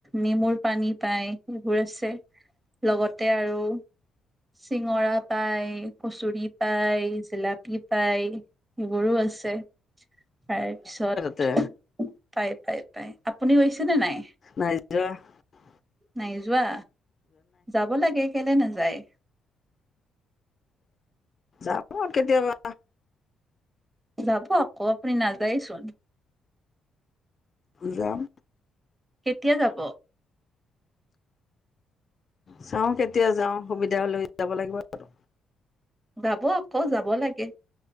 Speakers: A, on the right; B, on the left.
A: নেমুৰ পানী পায় সেইবোৰ আছে লগতে আৰু চিঙৰা পায় কচৰি পায় জিলাপী পায় সেইবোৰো আছে তাৰ পিছত
B: তে
A: পাই পাই পাই আপুনিও আহিছে নে নাই
B: নাইজৰা <unintelligible>
A: নাই যোৱা যাব লাগে কেলে নাযা <unintelligible> যায়
B: যাব কেতিয়াবা
A: যাব আকৌ আপুনি নাযায়চোন
B: যাম
A: কেতিয়া যাব
B: চাওঁ কেতিয়া যাওঁ সুবিধা হলে যাব লাগিব আৰু
A: যাব আকৌ যাব লাগে